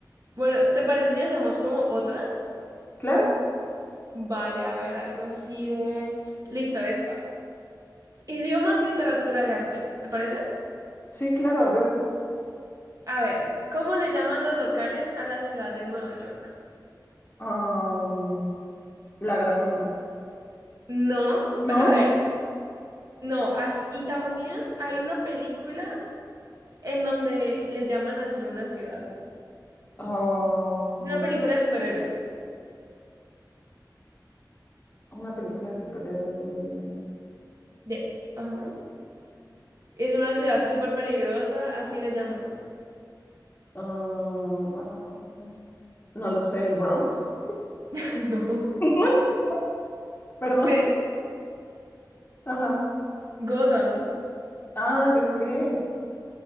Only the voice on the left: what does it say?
Claro,
sí, claro. A ver,
am, La Gran Manzana.
¿No?
Am,
una película de superhéroes, un dilema.
Ah, ah, ah, ah, no lo sé, El Bronx.
<laughs> Perdón.
Ajá.
Ah, yo qué.